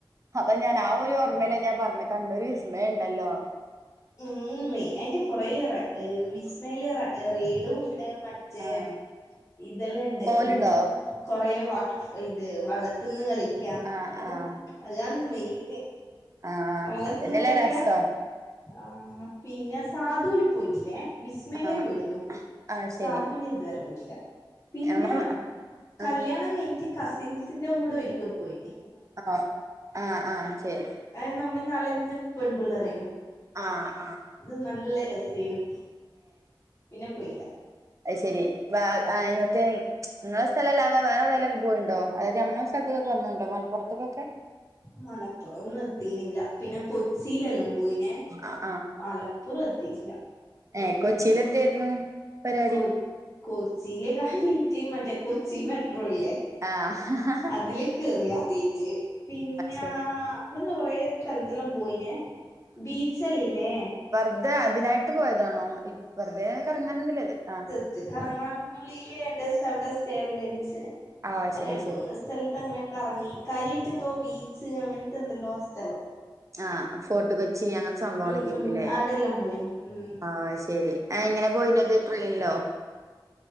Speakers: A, on the right; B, on the left.
A: അത ഞാൻ ആഹ ഒരു ഓർമ്മല്ല ഞാൻ പറഞ്ഞ കണ്ണൂർ വിസ്മയുണ്ടല്ലോ
B: ഉം മെയിനയിട്ട് കൊറേ റ വിസ്മേൽ റെയ്ഡും ഉണ്ട് മ മറ്റേ
A: ആഹ്
B: ഇതെല്ലാം ഇണ്ട്
A: പോവലുണ്ടോ
B: കൊറേ വാട്ടർ ഇത് വള്ളത്തി തിന്ന് കളിക്കാ
A: ആഹ്
B: ഓഹ
A: ആഹ്
B: അതാണ് മെയിന്
A: ആഹ്
B: വള്ളത്തിന്ന്
A: അതന്നെല്ലേ
B: കളിക്ക
A: രസം
B: ആഹ പിന്നെ സാധുൽ പോയിട്ടില്ലേ വിസ്മലേ
A: ആഹ്
B: പോയിട്ടുള്ളു
A: ആഹ് ശരി
B: സാധുല് ഇതുവരെ പോയിട്ടില്ല പിന്നെ
A: നമ്മ
B: കല്യാണം
A: ആഹ്
B: ക മറ്റേ കസിൻസിന്റെ കൂടെ ഒരിക്കെ പോയിന്
A: ആഹ ആഹ ആഹ ശരി
B: അഹ നമ്മള് നാലഞ്ച് പെൺപിള്ളർഅയിന്നു
A: ആഹ് ആഹ്
B: അത് നല്ല രസെയ്ന്നു പിന്നെ പോയില്ല
A: ഐശരി ശരി വ ആഹ മറ്റേ നിങ്ങളെ സ്ഥലല്ലത വേറെഎവിടെലൊക്കെ പോയിണ്ടോ അതായത് നമ്മളെ സ്ഥലത്തൊക്കെ വന്നുണ്ടോ മലപ്പുത്തേക്കൊക്കെ
B: മലപ്പുറം ഒന്നും എത്തീനില്ല പിന്നെ കൊച്ചിയിലെല്ലാം പോയിനെ
A: ആഹ്
B: മലപ്പുറം എത്തിയില്ല
A: ഏഹ കൊച്ചിൽ എന്തായിരുന്നു പരിപാടി
B: കൊച്ചി കൊച്ചിയിലെഞാൻ നീറ്റു മറ്റേ കൊച്ചി മെട്രോല്ലേ
A: ആഹ
B: അതിലകേറിയാതായിട്ട് പിന്നാ
A: ശരി
B: ഇവിടുന്ന് കൊറ സ്ഥലത്തെല്ലാം പോയിനേ ബീച്ചല്ല ഇല്ലേ
A: വെർതെ അതിനായിട്ട് പോയതാണോ ഇ വെർതേ കറങ്ങാന് ന്ന്ല്ലെത് ആഹ്
B: ത്ത് കറങ്ങാൻന്ന്ള്ളില് രണ്ടു ദിവസം അവിടെ സ്റ്റേറ്ലേന്ന് ക്ഷേ
A: ആഹ്
B: അഹ്
A: ശരി
B: രണ്ടൂന്ന്
A: ശരി
B: സ്ഥലത്ത് അങ്ങനെകറങ്ങി കാര്യായിട്ട് എന്തോ ബീ ച്ച് അങ്ങൻത്തെന്തെല്ലോ സ്ഥലം
A: ആഹ് ഫോട്ട് കൊച്ചി അങ്ങൻത്തെ സംഭവങ്ങളൊക്കെര്ക്കുംല്ലേ
B: ഉം ഉം ആടെല്ലാം പോയിന് ഉം
A: ആഹ് അയ്ശെരി എങ്ങനെ പോയിനത് ട്രെയ്ൻലോ